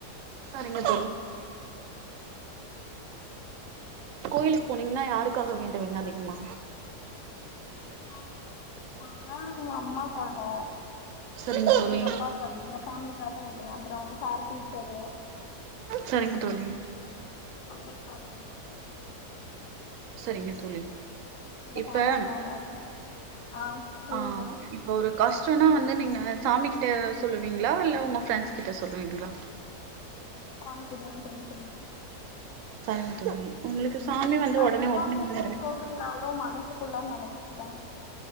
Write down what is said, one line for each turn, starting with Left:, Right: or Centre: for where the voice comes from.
Right: சரிங்க தோழி கோயிலுக்கு போனீங்கன்னா யாருக்காக வேண்டுவிங்க அதிகமா
Left: ஏ நா கோயிலுக்கு போனான எங்க அம்மாக்காக
Right: சரிங்க தோழி
Left: எங்க அப்பாக்கா எங்க ஃபேமிலிக்கா வேண்வ அப்புற சார் டீச்சரு
Right: சரிங்க தோழி
Left: அவங்களுக்காக வேண்டுவே
Right: செரிங்க தோழி
Left: எங்க
Right: இப்ப
Left: ஃபேமிலிக்காக ஆ சொல்லுங்க
Right: ஆ
Left: தோழி
Right: இப்ப ஒரு காஷ்டனா வந்து நீங்க சாமி கிட்ட சொல்லுவீங்ளா இல்ல உங்க ஃபிரெண்ட்ஸ் கிட்ட சொல்லுவீங்ளா
Left: சாமிக்குதுதா தோழி சொல்ணு
Right: <unintelligible> உங்களுக்கு சாமி வந்து
Left: நான்
Right: உடனே
Left: கோவிலுக்கே
Right: உடனே வந்து நிறைவே
Left: போகாலனலு மனசுக்குள்ள நினைப் வே